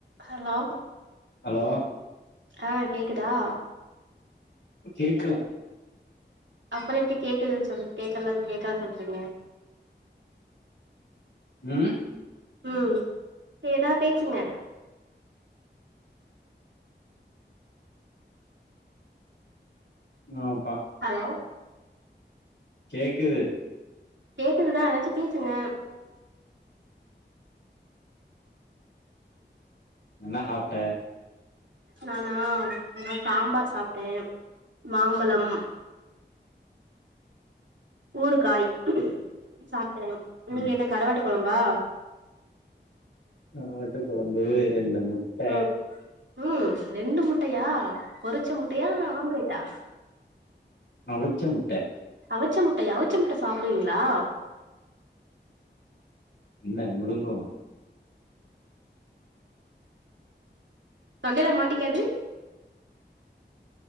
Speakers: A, on the right (about 75°); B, on the left (about 75°).
A: ஹலோ
B: ஹலோ
A: ஆ கேக்குதா
B: எ கேக்குறோ
A: அப்பற எப்டி கேக்குதுன் சொல்ட்டு கே்கலன் கேக்குற சொல்றீங்க
B: ம்
A: ம் எதா பேசுங்க
B: நாப்
A: ஹலோ
B: கேக்குது
A: கேக்குதுனா எதாச்சு பேசுங்க
B: என்ன சாப்ட்ட
A: நானா இப்ப சாம்பார் சாப்ட்டே மாம்பழம் ஊறுகாய் சாப்ட்டே நீங்க
B: ம்
A: என்ன கருவாட்டு கொழம்பா
B: கருவாட்டு கொழம்பு இது இந்த முட்ட
A: ம் ம் ரெண்டு முட்டயா பொறிச்ச முட்டயா ஆம்ப்லேட்டா
B: அவுச்ச முட்ட
A: அவுச்ச முட்டயா அவுச்ச முட்ட சாப்டுவீங்ளா
B: இன்ன முழுங்குவோ
A: தொண்டையில மாட்டிக்காது